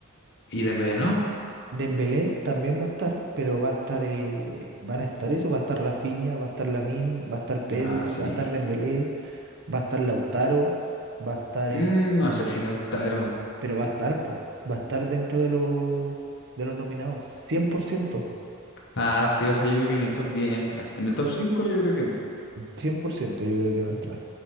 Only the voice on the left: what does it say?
¿y Dembélé no?
Ah, sí.
Mm,
no
sé si Lautaro.
Ah, sí, o sea, yo creo que en el top 10 entra. En el top cinco yo creo que no.